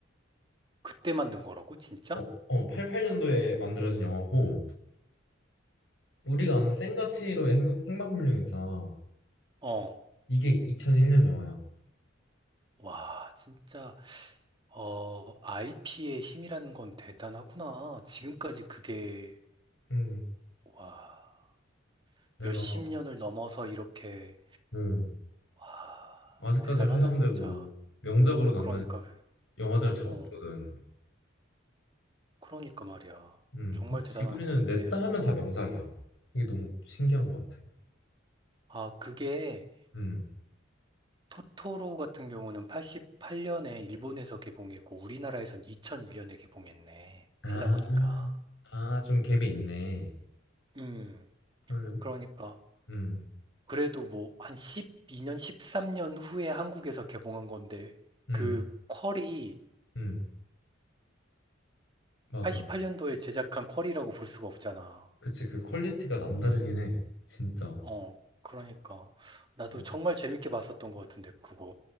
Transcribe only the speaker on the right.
그때 만든 거라고? 진짜?
어.
와, 진짜, 어, IP의 힘이라는 건 대단하구나. 지금까지 그게,
와,
몇십 년을 넘어서 이렇게,
와,
대단하다,
진짜.
그러니까,
어,
그러니까 말이야.
정말 대단한
것
같아.
음.
아, 그게,
토토로 같은 경우는 88년에 일본에서 개봉했고, 우리나라에선 2001년에 개봉했네.
찾아보니까.
음,
그러니까.
그래도 뭐 한 12년, 13년 후에 한국에서 개봉한 건데
그 퀄이
88년도에 제작한 퀄이라고 볼 수가 없잖아.
예.
어, 그러니까 나도
정말 재밌게 봤었던 것 같은데 그거.